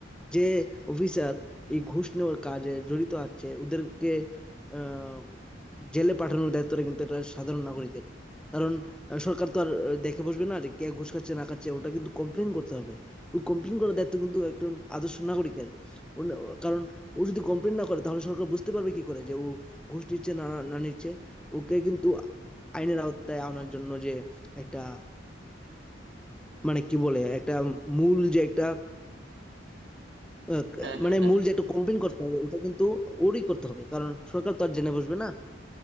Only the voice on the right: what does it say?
হ্যাঁ হ্যাঁ
হ্যাঁ